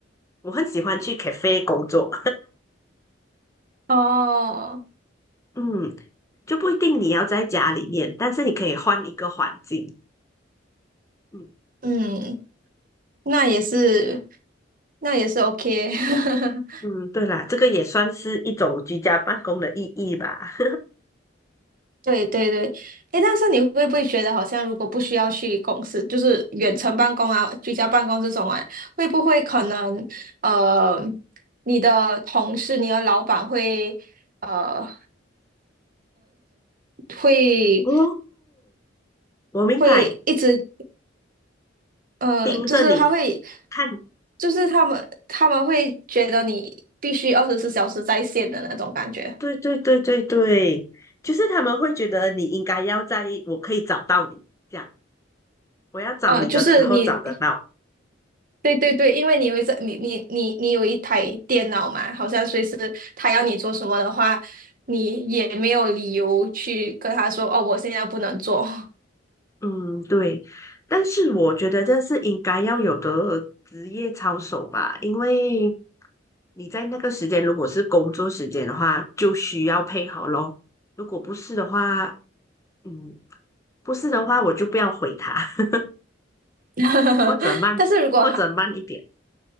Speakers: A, on the left (about 15°); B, on the right (about 45°).
A: 我很喜欢去 cafe 工作，
B: <laughs> 哦。
A: <laughs> 嗯，就不一定你要在家里面，但是你可以换一个环境。嗯
B: 嗯，那也是，那也是 OK。<laughs>
A: 嗯，对啦，这个也算是一种居家办公的意义吧。
B: 对对对，诶，但是你会不会觉得好像如果不需要去公司，就是远程办公啊、居家办公这种啊，会不会可能呃，你的同事、你的老板会呃会
A: <laughs> 哦，我明白，
B: 会一直呃，
A: 盯着你
B: 就是他会，
A: 看
B: 就是他们他们会觉得你必须二十四小时在线的那种感觉。
A: 对对对对对，就是他们会觉得你应该要在，我可以找到你，这样我要找你的时候找得到。
B: 呃，就是你对对对，因为你有一个你你你你有一台电脑嘛，好像随时他要你做什么的话，你也没有理由去跟他说哦，我现在不能做。
A: 嗯，对。但是我觉得这是应该要有的职业操守吧，因为你在那个时间如果是工作时间的话，就需要配合咯。如果不是的话，嗯，不是的话我就不要回他，<laughs>
B: <laughs>
A: 或者慢，
B: 但是如果他
A: 或者慢一点。